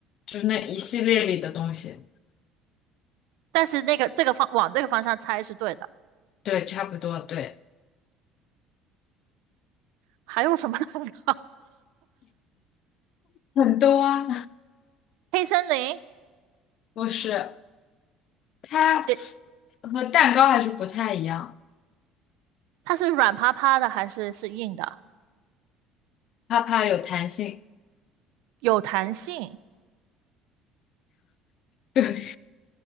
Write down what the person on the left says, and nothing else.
就是那一系列里的东西，
对，差不多，对，
很多啊，
不是，它
和蛋糕还是不太一样，
它怕有弹性，
对，